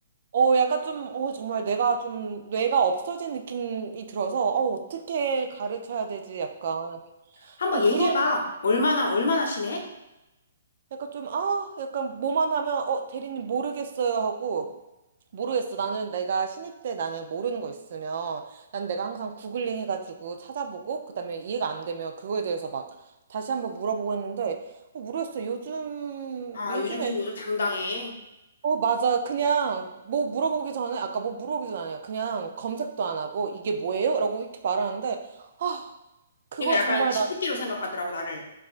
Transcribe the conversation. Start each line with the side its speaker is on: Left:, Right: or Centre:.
Right: 어, 약간 좀, 어, 정말 내가 좀, 뇌가 없어진 느낌이 들어서, 어, 어떻게 가르쳐야 되지? 약간.
Left: 한번
Right: 좀
Left: 얘기해봐.
Right: 그런
Left: 얼마나, 얼마나 심해?
Right: 약간 좀, 아, 약간 뭐만 하면, 어, 대리님 모르겠어요 하고, 모르겠어. 나는 내가 신입 때 나는 모르는 거 있으면, 난 내가 항상 구글링 해가지고 찾아보고, 그다음에 이해가 안 되면 그거에 대해서 막 다시 한번 물어보고 했는데, 어, 모르겠어. 요즘,
Left: 아,
Right: 요즘에,
Left: 요즘 친구들 당당해.
Right: 어, 맞아. 그냥 뭐 물어보기 전에, 아까 뭐 물어보기 전에 그냥 검색도 안 하고, 이게 뭐예요? 라고 이렇게 말하는데, 아, 그거
Left: 그러니까 약간
Right: 정말
Left: GPT로
Right: 나,
Left: 생각하더라고, 나를.